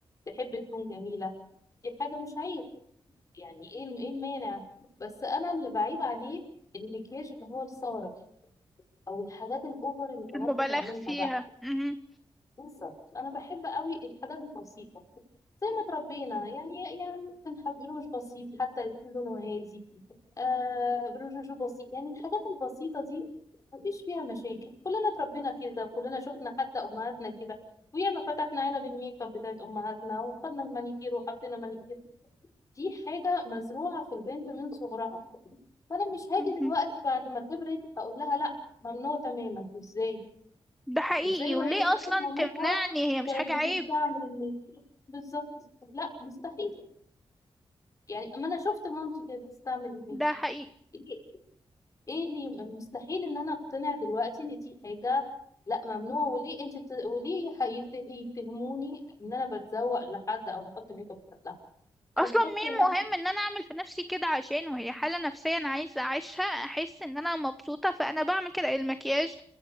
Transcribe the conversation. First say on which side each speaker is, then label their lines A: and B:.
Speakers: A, on the left; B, in the centre.
A: تحب تكون جميلة دي حاجة مش عيب يعني ايه الم- ايه المانع بس انا اللي بعيب عليه المكياج اللي هو الصارخ او الحاجات الاوفر اللي البنات
B: المبالغ
A: بتعملها
B: فيها
A: بقى
B: مهم.
A: بالظبط انا بحب قوي الحاجات البسيطه زي ما اتربينا يعني يعني ممكن حب روج بسيط حتى يكون لونه هادي آه روج بسيط يعني الحاجات البسيطه دي مفيش فيها مشاكل كلنا اتربينا كده وكلنا شفنا حتى امهاتنا كده وياما فتحنا علب الميك اب بتاعت امهاتنا وخدنا المانيكير وحطينا مانيكير دي حاجه مزروعه في البنت من صغرها فانا مش هاجي
B: مهم.
A: دلوقتي بعد ما كبرت هقول لها لا ممنوع تماما ازاي
B: ده حقيقي
A: ازاي وهي
B: وليه
A: شافت
B: اصلا
A: مامتها
B: تمنعني هي مش
A: كانت
B: حاجه عيب
A: بتستعمل الميك اب بالظبط لا مستحيل يعني اما انا شفت مامتي كانت بتستعمل الميك
B: ده
A: اب
B: حقيقي
A: ايه ايه اللي يبقى مستحيل ان انا اقتنع دلوقتي ان دي حاجه لا ممنوع وليه انت بت... وليه هيت- يتهموني ان انا بتزوق لحد او بحط ميك اب لحد لا
B: اصلا
A: انا بحط
B: مين
A: لنفسي
B: مهم ان انا اعمل في نفسي كده عشان وهي حاله نفسيه انا عايزه اعيشها احس ان انا مبسوطه فانا بعمل كده المكياج